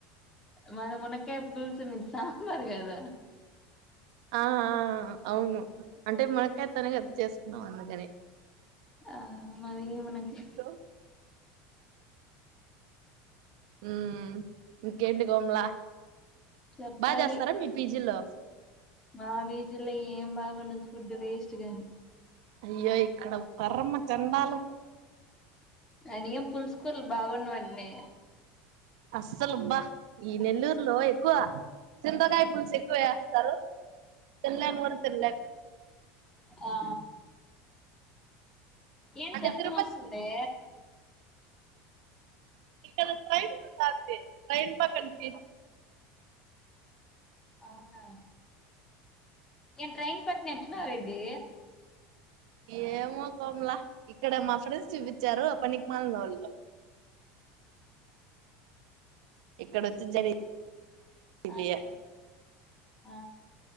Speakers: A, on the left (about 15°); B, on the right (about 75°).
A: మనం మునక్కాయ పులుసు మీది సాంబార్ కదా
B: ఆ ఆ అవును అంటే మునక్కాయ తోనే గా చేసుకున్నాం అందుకని
A: ఆ మాది
B: <inaudible>
A: మునక్కాయ
B: మ్మ్ ఇంకేంటి కోమ్లా
A: చెప్పాలి
B: బా చేస్తారా మీ పీజీల్లో
A: మా విజిల్లో ఏం బాగుండదు ఫుడ్ వేస్ట్ గని
B: అయ్యో ఇక్కడ పరమ చెండాలం
A: అడి ఏం పులుసుకూరల్ బాగున్నవట్నే
B: అస్సలు బ్బా ఈ నెల్లూరు లో ఎక్కువ, చింతకాయ పలుసు ఎక్కువేస్తారు తినలేన్ కుడా తిన్లేమ్
A: ఆ ఏం
B: అంటే
A: శబ్దం
B: తిరుపతి
A: వస్తుందే
B: ఇక్కడ ట్రైన్ పోతంది ట్రైన్ పక్కన <inaudible>
A: అవునా ఏ ట్రైన్ పట్న ఎట్టున్నావ్ రెడ్డి
B: ఏమో కోమ్లా ఇక్కడ మా ఫ్రెండ్స్ చూపించారు పనికిమాలినోల్లు ఇక్కడ వచ్చి జని ఇది
A: ఆ
B: య
A: ఆ